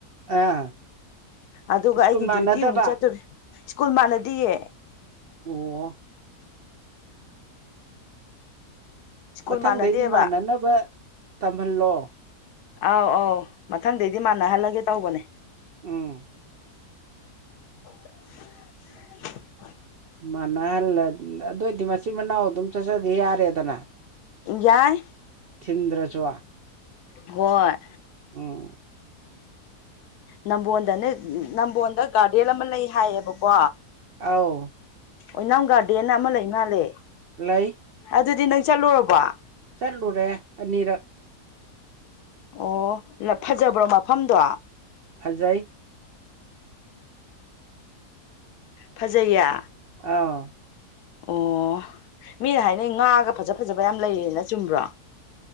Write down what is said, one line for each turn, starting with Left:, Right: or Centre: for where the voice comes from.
Right: ꯑꯥ
Left: ꯑꯗꯨꯒ
Right: ꯁ꯭ꯀꯨꯜ
Left: ꯑꯩꯒꯤ
Right: ꯃꯥꯟꯅꯗꯕ
Left: ꯗ꯭ꯌꯨꯇꯤ ꯑꯃꯨꯛ ꯆꯠꯇꯣꯔꯤ ꯁ꯭ꯀꯨꯜ ꯃꯥꯟꯅꯗꯤꯌꯦ
Right: ꯑꯣ
Left: ꯁ꯭ꯀꯨꯜ
Right: ꯃꯊꯪꯗꯩꯗꯤ
Left: ꯃꯥꯟꯅꯗꯦꯕ
Right: ꯃꯥꯟꯅꯅꯕ ꯇꯝꯍꯜꯂꯣ
Left: ꯑꯧ ꯑꯧ ꯃꯊꯪꯗꯩꯗꯤ ꯃꯥꯟꯅꯍꯜꯂꯒꯦ ꯇꯧꯕꯅꯦ
Right: ꯎꯝ
Left: <inaudible>
Right: ꯃꯅꯍꯜꯂ ꯑꯗꯨꯑꯣꯏꯗꯤ ꯃꯆꯤꯟ ꯃꯅꯥꯎ ꯑꯗꯨꯝ ꯆꯠꯆꯒꯦ ꯌꯥꯔꯦꯗꯅ
Left: ꯌꯥꯏ
Right: ꯊꯤꯟꯟꯗ꯭ꯔꯖꯣꯋꯥ
Left: ꯍꯣꯏ
Right: ꯑꯣꯝ
Left: ꯅꯝꯕꯣꯟꯜꯗꯅꯦ ꯅꯝꯕꯣꯣꯟꯗ ꯒꯥꯔꯗꯦꯟ ꯑꯃ ꯂꯩ ꯍꯥꯏꯌꯦꯕꯀꯣ
Right: ꯑꯧ
Left: ꯑꯣꯏꯅꯥꯝ ꯒꯥꯔꯗꯦꯟ ꯑꯃ ꯂꯩ ꯃꯥꯜꯂꯦ
Right: ꯂꯩ
Left: ꯑꯗꯨꯗꯤ ꯅꯪ ꯆꯠꯂꯨꯔꯕꯣ
Right: ꯆꯠꯂꯨꯔꯦ ꯑꯅꯤꯔꯛ
Left: ꯑꯣ ꯐꯖꯕ꯭ꯔꯣ ꯃꯐꯝꯗꯣ
Right: ꯍꯜꯖꯥꯏ
Left: ꯐꯖꯩꯌꯦ
Right: ꯑꯥ
Left: ꯑꯣ ꯃꯤꯅ ꯍꯥꯏꯅꯩ ꯉꯥꯒ ꯐꯖ ꯐꯖꯕ ꯌꯥꯝ ꯂꯩꯔꯅ ꯆꯨꯝꯕ꯭ꯔꯣ